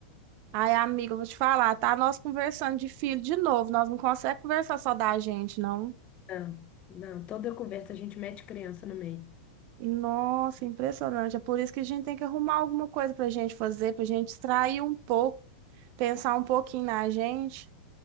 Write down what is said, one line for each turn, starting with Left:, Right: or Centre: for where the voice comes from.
Right: Aí, amiga, eu vou te falar, tá? Nós conversando de filho de novo. Nós não conseguimos conversar só da gente, não.
Left: Não, não, toda conversa a gente mete criança no meio.
Right: Nossa, impressionante. É por isso que a gente tem que arrumar alguma coisa pra gente fazer, pra gente distrair um pouco Pensar um pouquinho na gente.